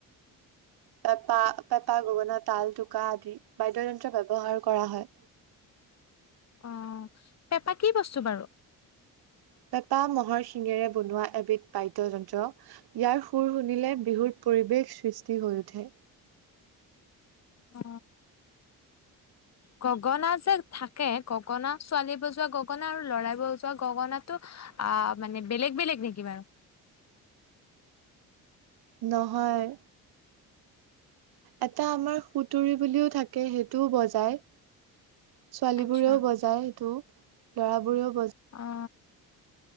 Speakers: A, on the right; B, on the left.
A: পেপা-পেঁপা, গগনা, তাল, টোকা আদি বাদ্যযন্ত্ৰ ব্যৱহাৰ কৰা হয়।
B: অ পেঁপা কি বস্তু বাৰু?
A: পেঁপা মহৰ শিঙেৰে বনোৱা এবিধ বাদ্যযন্ত্ৰ ইয়াৰ শুৰ শুনিলে বিহুৰ পৰিৱেশ সৃষ্টি হৈ উঠে।
B: অ গগনা যে থাকে গগনা ছোৱালী বজোৱা গগনা আৰু লৰাই বজোৱা গগনাটো আহ মানে বেলেগ-বেলেগ নেকি বাৰু?
A: নহয়। এটা আমাৰ সুতুলি বুলিও থাকে সেইটোও বজায়। ছোৱালীবোৰেও
B: আচ্ছা
A: বজায় এইটো লৰাবোৰেও বজাই।
B: অ